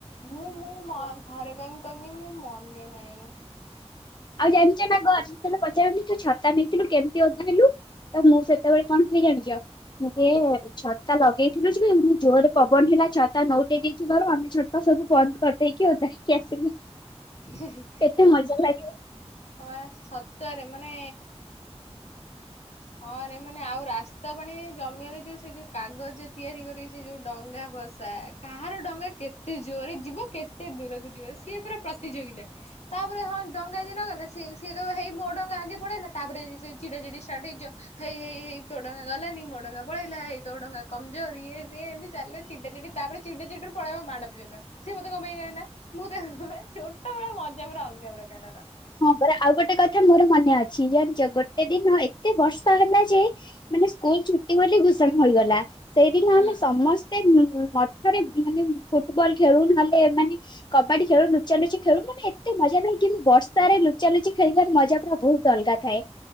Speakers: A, on the left (about 70°); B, on the left (about 40°).
A: ମୁଁ ମୁଁ ମ ଘରେ କଇମି କଇମି ମୁଁ ମନେ ନାଇଁ।
B: ଆଉ ଜାଣିଚ ନା ଘର ଯେତବେଳେ ପଚାରନ୍ତି ତୁ ଛତା ନେଇଥିଲୁ କେମିତି ଓଧା ହେଲୁ ତ ମୁଁ ସେତବେଳେ କଣ କୁଏ ଜାଣିଚ ମୁଁ କୁଏ ଛ ତା ଲଗେଇଥିଲୁ ଯେ ଏମିତି ଜୋରରେ ପବନ ହେଲା ଛତା ନଉଟେଇ ଦେଇଥିବାରୁ ଆମେ ଛତା ସବୁ ବନ୍ଦ କରିଦେଇକି ଓଦା ହେଇକି ଆସିଲୁ।
A: ହିଁ ହିଁ
B: କେତେ ମଜା ଲାଗେ
A: ହଁ ପା ସତରେ ମାନେ ହଁ ରେ ମାନେ ଆଉ ରାସ୍ ସ୍ତା ପାଣି ଜମିଅରେ ଯୋଉ ସେ ଯୋଉ କାଗଜ ତିଆରି କରି ସେ ଯୋଉ ଡଙ୍ଗା ଭସା କାହାର ଡଙ୍ଗା କେତେ ଜୋରରେ ଯିବ କେତେ ଦୂରକୁ ଯିବ ସିଏ ପୁରା ପ୍ରତିଯୋଗିତା। ତାପରେ ହଁ ଡଙ୍ଗା ଦିନ ଗଲେ। ସିଏ କହିବ ହେଇ ମୋର ଡଙ୍ଗା ଆଗେ ପଳେଇଲା ତାପରେ ସେ ଚିଡା ଚିଡି ଷ୍ଟାର୍ଟ ହେଇଯିବ ହେଇ ହେଇ ହେଇ ତୋ ଡଙ୍ଗା ଗଲାନି। ଡଙ୍ଗା ପଳେଇଲା ହେଇ ତୋ ଡ଼ଙ୍ଗା କମଜୋର ଇଏ ସିଏ ଏମିତି ଚାଲିବ ଚିଡା ଚିଡି ତାପରେ ଚିଡା ଚିଡିରୁ ପଳେଇବା ମାଡ଼ ପଯ୍ୟନ୍ତ ସିଏ ମତେ କଣ ପାଇଁ କହିଁଲା ମୁଁ ତ ଛୋଟବେଳେ ମଜା ପୁରା ଅଲଗା ପ୍ରକାରର।
B: ହଁ ପରା ଆଉ ଗୋଟେ କଥା ମୋର ମନେ ଅଛି ଜାଣିଛ ଗୋଟେ ଦିନ ଏତେ ବର୍ଷା ହେଲା ଯେ ମାନେ ସ୍କୁଲ ଛୁଟି ବୋଲି ଘୋଷଣା ହୋଇଗଲା ସେଇଦିନ
A: ହୁଁ
B: ଆମେ ସମସ୍ତେ ଉଁ ମଠରେ ମାନେ ଫୁଟବଲ ଖେଳୁ ନହେଲେ ମାନେ କବାଡି ଖେଳୁ ଲୁଚା ଲୁଚି ଖେଳୁ ମାନେ ଏତେ ମଜା ନାଇ କିନ୍ତୁ ବର୍ଷ ସାରେ ଲୁଚାଲୁଚି ଖେଳିବାର ମଜା ପୁରା ବହୁତ ଅଲଗା ଥାଏ